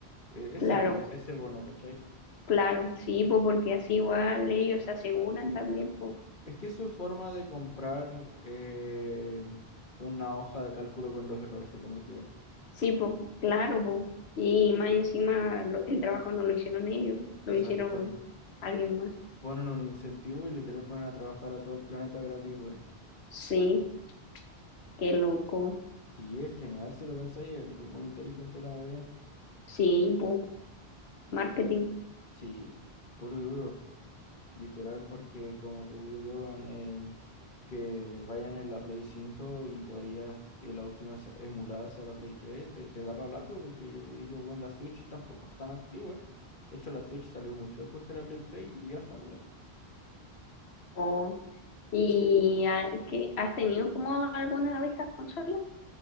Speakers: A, on the left (about 50°); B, on the left (about 75°).
A: eh, ese
B: Claro,
A: bono, ese bono, ¿cachai?
B: claro, sí, pues porque así igual ellos se aseguran también, pues.
A: Es que es su forma de comprar eh, una hoja de cálculo con los errores que cometieron.
B: Sí, pues, claro, pues. Y más encima lo- el trabajo no lo hicieron ellos,
A: Exacto.
B: lo hicieron alguien más.
A: Ponen un incentivo y literal ponen a trabajar a todo el planeta gratis, weón.
B: Sí, qué loco.
A: Sí, es genial si lo pensáis, es muy inteligente la movida.
B: Sí, pues, marketing.
A: Sí, puro y duro. Literal, porque como te digo yo, weón, em, que vayan en la Play cinco y todavía eh, la última se- emulada sea la Play tres te, te da para hablar, pues, porque yo te digo, bueno, la Switch tampoco es tan antigua. De hecho, la Switch salió mucho después que la Play tres y ya está emulada.
B: Oh, ¿Y a- qué, has tenido como alguna de estas consolas?